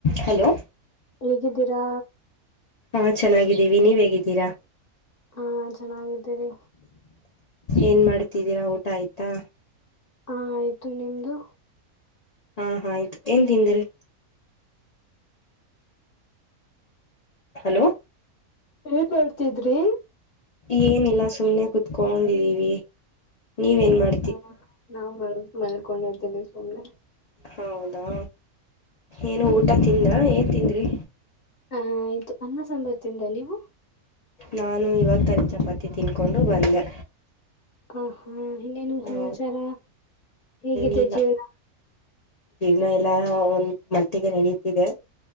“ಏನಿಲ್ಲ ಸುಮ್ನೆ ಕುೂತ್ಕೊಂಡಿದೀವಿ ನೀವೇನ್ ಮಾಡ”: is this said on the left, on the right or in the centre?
Left